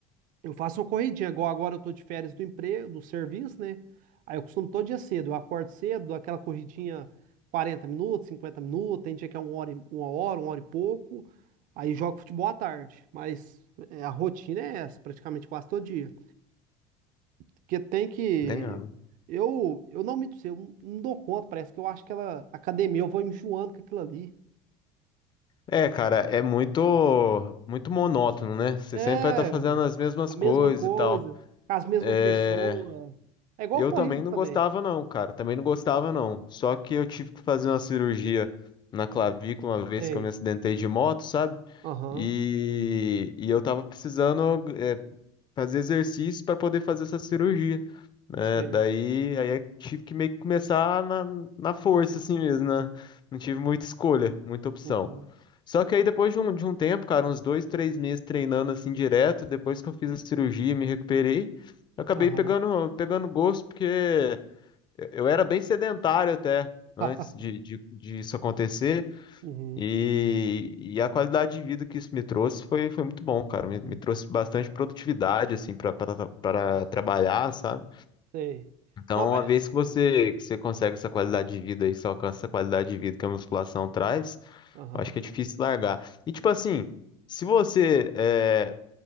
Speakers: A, on the right; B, on the left.
A: Eu faço uma corridinha, igual agora eu tô de férias do emprego, do serviço, né? Aí eu costumo todo dia cedo. Eu acordo cedo, dou aquela corridinha 40 minutos, 50 minutos. Tem dia que é uma hora, e- uma hora, uma hora e pouco. Aí jogo futebol à tarde. Mas é, a rotina é essa, praticamente quase todo dia. Porque tem que.
B: Né?
A: Eu, eu não me eu não dou conta, parece que eu acho que ela, academia, eu vou enjoando com aquilo ali.
B: É, cara, é muito muito monótono, né? Você
A: É,
B: sempre vai estar fazendo as mesmas
A: a
B: coisas
A: mesma coisa,
B: e tal.
A: com as mesmas
B: É,
A: pessoas. É igual
B: eu
A: corrida
B: também não
A: também.
B: gostava não, cara. Também não gostava não. Só que eu tive que fazer uma cirurgia na clavícula uma vez
A: Sei.
B: que eu me acidentei de moto, sabe?
A: Aham.
B: E, e eu tava precisando é, fazer exercícios para poder fazer essa cirurgia, né?
A: Sei.
B: Daí aí eu tive que meio que começar na, na força assim mesmo, né? Não tive muita escolha, muita opção.
A: Uhum.
B: Só que aí depois de um, de um tempo, cara, uns dois, três meses treinando assim direto, depois que eu fiz a cirurgia, e me recuperei, eu acabei
A: Aham.
B: pegando pegando gosto porque eu era bem sedentário até antes
A: <laughs>
B: de, de, de isso acontecer.
A: Uhum.
B: E, e a qualidade de vida que isso me trouxe foi, foi muito bom, cara.
A: Uhum.
B: Me, me trouxe bastante produtividade, assim, para para
A: Nossa,
B: trabalhar, sabe?
A: Sei.
B: Então,
A: Não, é.
B: uma vez que você, que você consegue essa qualidade de vida e você alcança essa qualidade de vida que a musculação traz,
A: Aham.
B: eu acho que é difícil largar. E, tipo assim, se você eh,